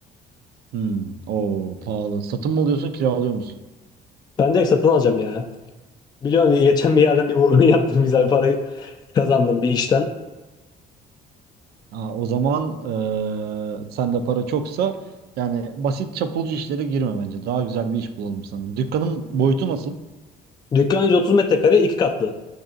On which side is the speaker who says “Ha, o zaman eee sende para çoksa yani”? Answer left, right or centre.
Right